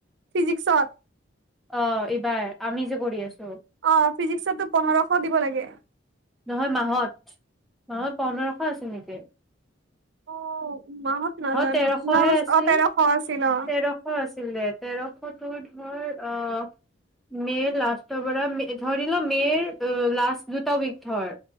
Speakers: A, on the right; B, in the centre.
A: ফিজিক্সত?
B: অ', এইবাৰ আমি যে, কৰি আছ
A: অ', ফিজিক্সতটো পোন্ধৰশ দিব লাগে।
B: নহয় মাহত, মাহত পন্ধৰশ আছে নেকি?
A: অ'। মাহত নাজানো
B: তেৰশহে
A: ন
B: আছিল
A: অ', তেৰশ আছিল অ
B: তেৰশ আছি তেৰশ তোৰ ধৰ অ', মেৰ লাষ্টৰ পৰা মে ধৰি ল মেৰ অ', লাষ্ট দুটা উইক ধৰ